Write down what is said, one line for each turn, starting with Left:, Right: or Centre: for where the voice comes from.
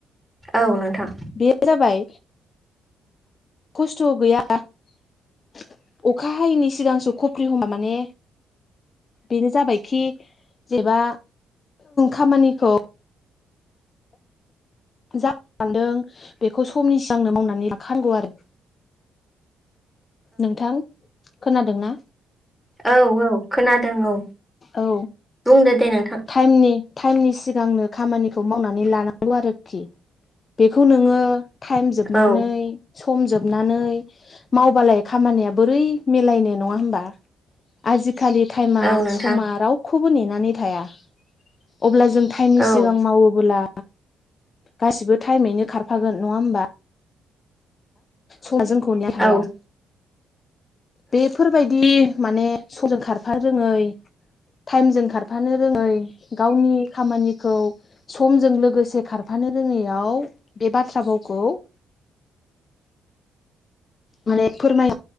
Centre: औ नोंथां
Left: बे जाबाय खस्थ' गैया अखा हायैनि सिगांसो खफ्रि हमा माने बेनो जाबायखि जेबा खामानिखौ सान्दों बेखौ समनि सिगांनो मावनानै लाखानांगौ आरो नोंथां खोनादोंना?
Centre: औ-औ खोनादों औ
Left: औ
Centre: बुंदो दे नोंथां
Left: टाइमनि टाइमनि सिगांनो खामानिखौ मावनानै लानांगौ आरोखि बेखौ नोङो टाइम जोबनानै
Centre: औ
Left: समजोबनानै मावबालाय खामानिया बोरै मिलायनाय नङा होमबा आजिखालि टाइमा
Centre: औ नोंथां
Left: समा रावखौबो नेनानै थाया अब्ला जों टाइमनि
Centre: औ
Left: सिगां मावोबोला गासिबो टाइमैनो खारफागोन नंङा होमबा स जोंखौ ने हाया
Centre: औ
Left: बेफोरबायदि माने समजों खारफ रोङै टाइमजों खारफानो थांफानो रोङै गावनि खामानिखौ समजों लोगोसे खारफानो रोङैयाव बे बाथ्रा भावखौ <inaudible> माने फोरमाय